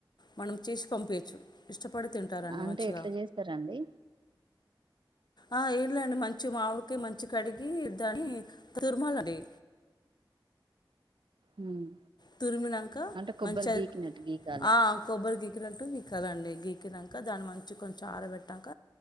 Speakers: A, on the left; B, on the right.
A: మనం చేసి పంపిచ్చు ఇష్టపడి తింటారండి
B: అంటే
A: మంచిగ
B: ఎట్లా చేస్తారండి
A: ఆ <unintelligible> అండి మంచి మామిడికి మంచి కడిగి దాని తుర్మలండి
B: ఉమ్,
A: తురిమినాక
B: అంటే కొబ్బరి
A: మంచి అది
B: గీకినట్టు గీకాల
A: ఆ కొబ్బరి గికినట్టు గీక్కాలండి గీకినాక దాన్ని మంచి కొంచెం ఆరబెట్టాక